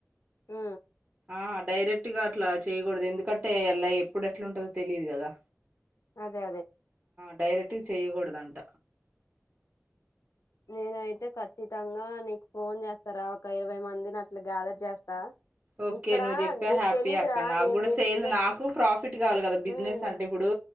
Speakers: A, on the left (about 75°); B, on the right (about 35°).
A: ఆ
B: ఆ డైరెక్ట్ గా అట్లా చేయకూడదు ఎందుకంటే అలా ఎప్పుడు ఎట్లా ఉంటందో తెలిదు గాదా
A: అదే అదే
B: డైరెక్ట్గా చేయాకూడదు అంట
A: నేనైతే ఖచ్చితంగా నీకు ఫోన్ చేస్తారా ఒక ఇరవై మందిని అట్లా గ్యాదర్ చేస్తా
B: ఓకే
A: ఇక్కడ
B: నువ్వు జెప్పా
A: నీకు
B: హ్యాపీ
A: తెలీదురా
B: అక్క నాకు
A: నీ
B: కూడా
A: మీ
B: సేల్స్
A: బిజినెస్
B: నాకు ప్రాఫిట్ కావాలి కదా బిజినెస్
A: ఉమ్
B: అంటే ఇప్పుడు